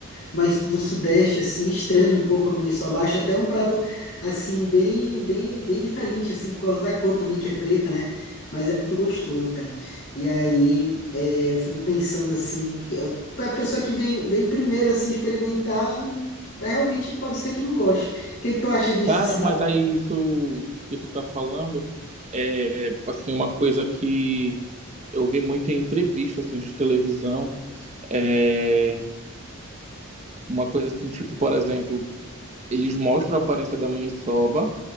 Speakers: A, on the left; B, on the right.
A: mas do sudeste, assim, estranho um pouco a maniçoba. Acho até um prato, assim, bem, bem, bem diferente, assim, por causa da cor também, que é preta, né? Mas é muito gostoso, cara. E aí, é, eu fico pensando, assim, que a pra pessoa que vem, vem primeiro, assim, experimentar, realmente pode ser que não goste. O que que tu acha disso,
B: Cara,
A: assim?
B: mas aí isso que tu tá falando é assim uma coisa que eu vi muito em entrevista assim de televisão, é uma coisa assim, tipo, por exemplo, eles mostram a aparência da maniçoba